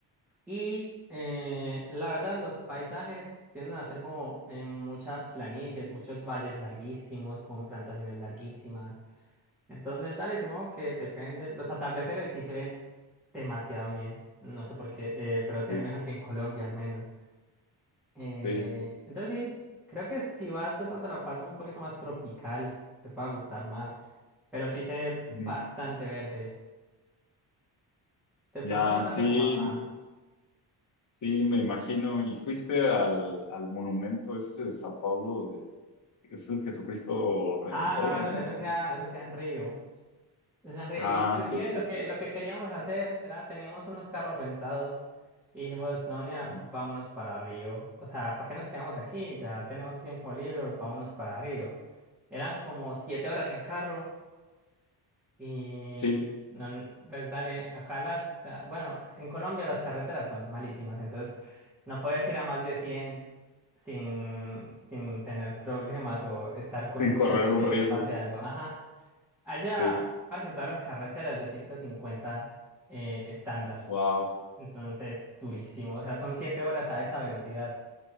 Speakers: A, in the centre; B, on the left.
A: Y eh, la verdad, los paisajes tienden a ser como eh, muchas planicies, muchos valles larguísimos, con plantaciones larguísimas. Entonces, dale, supongo que depende. Los atardeceres sí se ven demasiado bien. No sé por qué, eh, pero
B: Sí.
A: se ven mejor que en Colombia al menos. Eh,
B: sí.
A: entonces sí, creo que si vas de pronto a la parte un poquito más tropical, te pueda gustar más. Pero sí se ve
B: Ujú.
A: bastante verde. De pronto
B: Ya,
A: no tanto
B: sí,
A: como acá.
B: Sí, me imagino. ¿Y fuiste al, al monumento este de Sao Paulo, de, que es el Jesucristo Redentor,
A: Ah, no, eso,
B: ¿no?
A: eso
B: Me Parece.
A: queda, eso queda en Río. Es en re-
B: Ah,
A: Inclusive
B: sí, es
A: lo
B: cierto.
A: que, lo que queríamos hacer era, teníamos unos carros rentados y dijimos, no, nea,
B: Ajá.
A: vámonos para Río. O sea, ¿para qué nos quedamos aquí? Ya tenemos tiempo libre, vámonos para Río. Eran como siete horas en carro y,
B: Sí,
A: no, pues dale, acá las, ca- bueno, en Colombia las carreteras son malísimas, entonces no puedes ir a más de 100 sin, sin tener problemas o estar con
B: sin
A: miedo
B: correr
A: de que
B: un riesgo.
A: pase algo. Ajá. Allá,
B: Sí.
A: parece todas las carreteras de 150 eh, estándar.
B: Wow,
A: Entonces, durísimo. O sea, son 7 horas a esa velocidad.